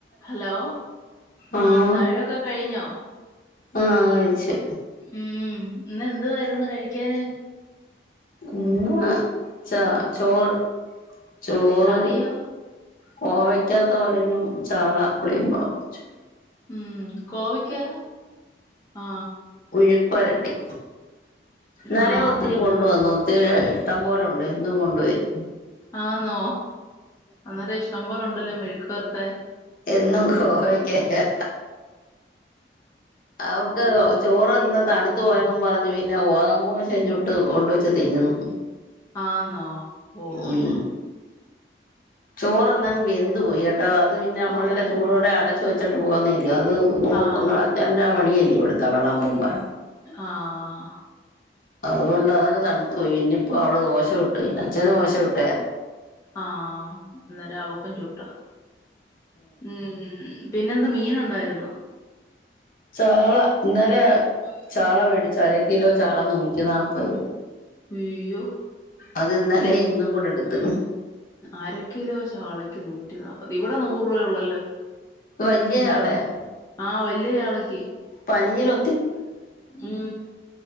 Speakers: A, on the left; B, on the left.
A: Hello
B: ആഹ്
A: ആ താഴൊക്കെ കഴിഞ്ഞോ
B: ആഹ് കഴിച്ച്
A: ഉം ഇന്ന് എന്തുവായിരുന്നു കഴിക്കാന്
B: ഇന്ന് പ ച ചോറ് ചോറ്
A: കറിയോ?
B: കോവയ്ക്കാ തോരനും ചാളപ്പളി മുളച്ചും
A: ഉം കോവക്ക് ആ
B: ഉഴുക്ക് വരട്ടി നലെ
A: ആഹ്
B: ഒത്തിരി
A: നല്ലതാ
B: കൊണ്ടുവന്നു ഒത്തിരിയി ഇഷ്ടം പോലുണ്ട് ഇന്നും കൊണ്ടുവരും
A: ആഹ് നോ അന്നേരം ഇഷ്ടം പോലുണ്ടല്ലോ മെഴുക്ക് പേരട്ടാൻ
B: എന്നും കോവയ്ക്കയാ അവക്ക് ചോറ് ഇന്ന് തണുത്ത പോയെന്നും
A: ഉം
B: പറഞ്ഞു പിന്നെ ഓതമ്പൂശം ചുട്ട് കൊണ്ടുവച്ച് തിന്നുന്നു
A: ആന്നോ ഓഹ്
B: ഉം ചോറൊന്നങ്ങ് വെന്ത് പോയി അത് പിന്നെ നമ്മളെല്ലാം
A: ആഹ് ഓഹ്
B: ചൂടോടെ അടച്ചു വച് ച്ചിട്ട് പോന്നേ ഇല്ല അത് നോ
A: ആഹ്
B: നിങ്ങളാ തന്നെ പണിയായി ഇവിടുത്ത വളമ്പുമ്പ
A: ആഹ്
B: അതുകൊണ്ടാതങ്ങ് തണു ഇനിയിപ്പോൾ അവള് ദോശ ചുട്ടു തിന്ന അച്ഛന് ദോശ ചുട്
A: ആഹ് അന്നേരം അവ ക്കഞ്ചോട്ട ഉം പിന്നെന്ത് മീൻ ഉണ്ടായിരുന്നോ
B: ചാള ഇന്നലെ ചാള മേടിച്ചു അര കിലോ ചാള നൂറ്റി നാല്പത് രൂപ
A: ഉയ്യോ
B: അത് ഇന്നലെ ഇന്നും കൂടെ എടുത്ത്
A: അരക്കിലോ ചാളക്ക് നൂറ്റി നാൽപത് ഇവിടെ നൂറ് രൂപയ ഉള്ളല്ലോ
B: വലിയ
A: ഉം
B: ചാളയാ
A: ആഹ് വലി ഈ യാളക്ക്
B: പനിയിലൊ
A: മ്